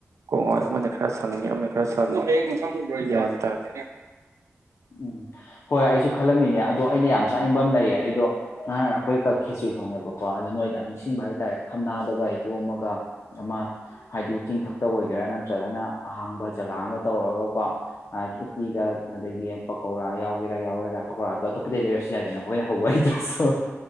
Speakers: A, on the right; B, on the left.
A: ꯀꯣꯡꯍꯣꯏ ꯑꯃꯅ ꯈꯔ ꯁꯪꯉꯤ ꯑꯃꯅ ꯈꯔ ꯁꯪꯉꯤꯟ ꯇꯥꯔꯗꯤ
B: ꯎꯝ ꯍꯣꯏ ꯑꯩꯁꯨ ꯈꯜꯂꯝꯃꯤꯅꯦ ꯑꯗꯣ ꯑꯩꯅ ꯌꯥꯝ ꯆꯥꯅꯤꯡꯕ ꯑꯃ ꯂꯩꯌꯦ ꯑꯩꯗꯣ ꯉꯍꯥꯟ ꯑꯩꯈꯣꯏ ꯀꯛ ꯈꯦꯇ꯭ꯔꯤ ꯊꯣꯡꯉꯦꯕꯀꯣ ꯑ ꯅꯣꯏ ꯌꯥꯝ ꯅꯨꯪꯁꯤꯕꯥ ꯍꯥꯏꯇꯥꯔꯦ ꯊꯝꯅꯥꯗꯒ ꯌꯣꯝꯃꯒ ꯑꯃ ꯍꯥꯏꯗꯤ ꯆꯤꯡꯊꯛꯇ ꯑꯣꯏꯒꯦꯔꯥ ꯅꯠꯇ꯭ꯔꯒꯅ ꯑꯍꯥꯡꯕ ꯖꯒꯥ ꯑꯃꯗ ꯇꯧꯔꯒꯀꯣ ꯎꯇꯤꯒ ꯑꯗꯒꯤ ꯄꯀꯧꯔꯥ ꯌꯥꯎꯒꯦꯔꯥ ꯌꯥꯎꯔꯦꯔꯥ ꯄꯀꯧꯔꯥꯗꯣ ꯑꯇꯣꯞꯄꯗꯗꯒꯤ ꯂꯩꯔꯁꯨ ꯌꯥꯏꯗꯅ ꯃꯈꯣꯏꯅ ꯍꯧꯕ ꯍꯩꯇ꯭ꯔꯁꯨ